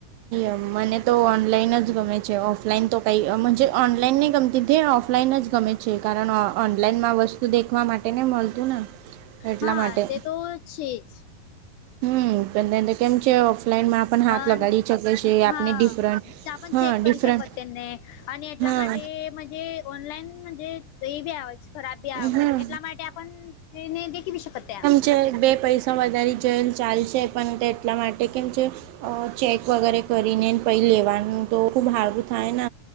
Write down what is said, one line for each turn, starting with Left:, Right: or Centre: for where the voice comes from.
Right: અમ મને તો ઓનલાઈન જ ગમે છે ઓફલાઈન તો કઈ ઓનલાઈનને ગમતી હતી ઓફલાઈન જ ગમે છે કારણ ઓનલાઈનમાં વસ્તુ દેખવા માટે ને મળતું ને. એટલા
Left: હા
Right: માટે
Left: તે તો છેજ.
Right: હમ પણ તો કેમ છે ઓફલાઈન માં પણ હાથ
Left: અન
Right: લગાડી શકે છે
Left: હા,
Right: આપને ડિફરન્ટ
Left: ત્યા પણ
Right: હા
Left: ચેક કરી
Right: ડિફરન્ટ
Left: શકો તેમને, અને એટલા
Right: હા
Left: માટે ઓનલાઈન તો એ બી આવેજ ખરાબ બી આવેજ
Right: હા
Left: એટલા માટે આપ જેને દેખી શક ત્યાં.
Right: જે બે પૈસા તો વધારે જેલ ચાલશે પણ તે એટલા માટે કેમ જે અ ચેક વગેરે કરીને પછી લેવાનું તો ખુબ હારું થાય ન